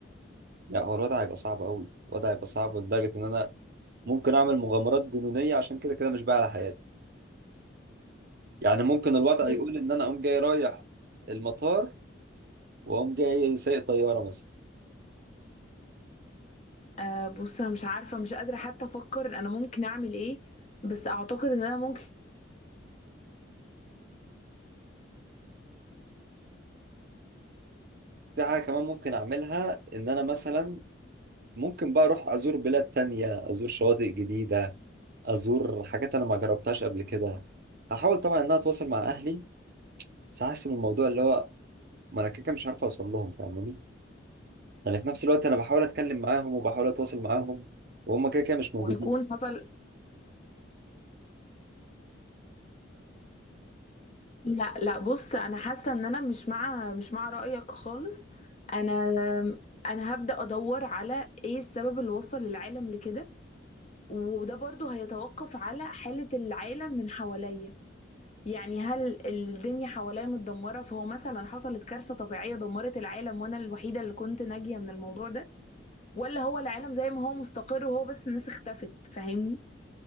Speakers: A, on the right; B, on the left.
A: لا هو الوضع هيبقى صعب قوي الوضع هيبقى صعب لدرجة ان انا ممكن اعمل مغامرات جنونية عشان كده كده مش بقى على حياتي يعني ممكن الوضع
B: بس
A: يقول ان انا اقوم جاي رايح المطار واقوم جاي سايق طيارة مثلا
B: آه بص انا مش عارفه مش قادره حتى افكر انا ممكن اعمل ايه بس اعتقد ان انا ممكن
A: في حاجة كمان ممكن أعملها إن أنا مثلا ممكن بقى أروح أزور بلاد تانية أزور شواطئ جديدة أزور حاجات أنا ما جربتهاش قبل كده هحاول طبعا إن أنا أتواصل مع أهلي بس حاسس إن الموضوع اللي هو ما أنا كده كده مش عارف أوصل لهم فاهماني يعني في نفس الوقت أنا بحاول أتكلم معاهم وبحاول أتواصل معاهم وهم كده كده مش موجودين
B: يكون حصل لا لا بص انا حاسه ان انا مش مع مش مع رايك خالص انا انا هبدا ادور على ايه السبب اللي وصل العالم لكده وده برضو هيتوقف على حاله العالم من حواليا يعني هل الدنيا حواليا متدمره فهو مثلا حصلت كارثه طبيعيه دمرت العالم وانا الوحيده اللي كنت ناجيه من الموضوع ده ولا هو العالم زي ما هو مستقر وهو بس الناس اختفت فاهمني